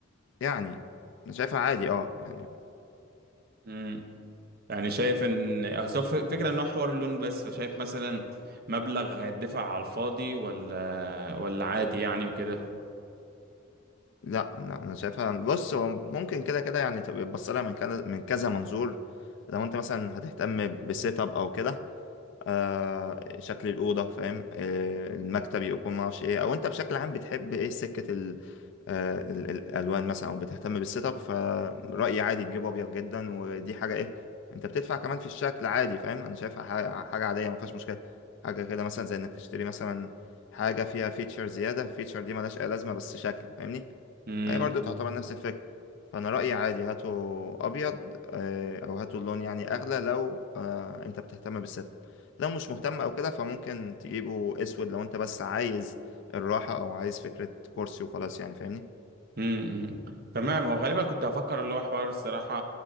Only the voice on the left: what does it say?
يعني أنا شايفها عادي اه يعني
لا لا انا شايفها بص هو ممكن كده كده يعني تبقى تبص لها من كذا من كذا منظور لو انت مثلا هتهتم بسيت اب او كده آه شكل الاوضه فاهم آه المكتب يكون ما اعرفش ايه او انت بشكل عام بتحب ايه سكه ال آه ال- ال- الالوان مثلا او بتهتم بالسيت اب فرايي عادي تجيب ابيض جدا ودي حاجه ايه انت بتدفع كمان في الشكل عادي فاهم انا شايفها حاجه حاجة عاديه ما فيهاش مشكله حاجه كده مثلا زي انك تشتري مثلا حاجه فيها فيتشر زياده فيتشر دي ملهاش اي لازمه بس شكل فاهمني
فهي برضو تعتبر نفس الفكرة فأنا رأيي عادي هاتوا أبيض آه، أو هاتوا اللون يعني أغلى لو آه، أنت بتهتم بالسيت اب لو مش مهتم أو كده فممكن تجيبه أسود لو أنت بس عايز الراحة أو عايز فكرة كرسي وخلاص يعني فاهمني